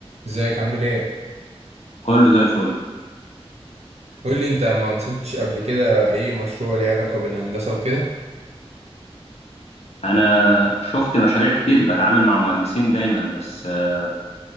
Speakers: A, on the right (about 80°); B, on the left (about 75°).
A: ازيك عامل ايه
B: كله زي الفل
A: قول لي انت ما مسكتش قبل كده اي مشروع ليه علاقه بالهندسه وكده
B: انا شفت مشاريع كتير بتعامل مع مهندسين دايما بس آه،